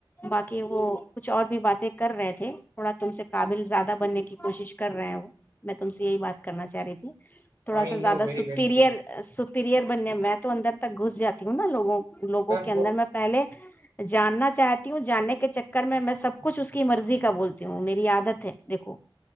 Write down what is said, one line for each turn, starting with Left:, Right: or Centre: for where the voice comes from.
Left: باقی وہ کچھ اور بھی باتیں کر رہے تھے تھوڑا تم سے قابل زیادہ بننے کی کوشش کر رہے ہیں وہ میں تم سے یہی بات کرنا چاہ رہی تھی تھوڑا
Right: آئی نو
Left: زیادہ
Right: ویری ویری
Left: سپیریئر سپیریئر بننے میں تو اندر ک گھس جاتی ہوں نا لوگوں لوگوں کے
Right: وہ
Left: اندر میں پہلے جاننا چاہتی ہوں جاننے کے چر کر میں میں سب کچھ اس کی مرضی کا بولتی ہوں میری عادت ہے دیکھو